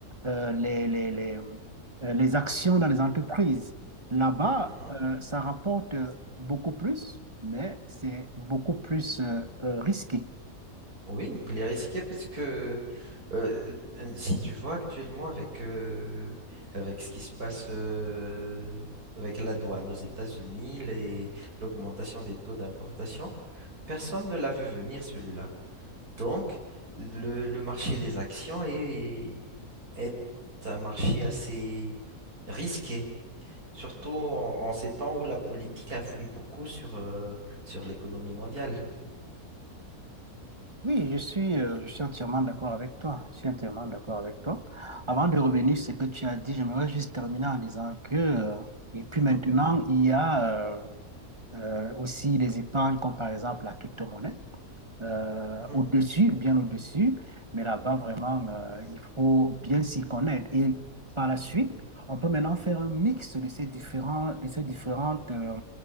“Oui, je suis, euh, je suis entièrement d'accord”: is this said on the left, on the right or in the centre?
Right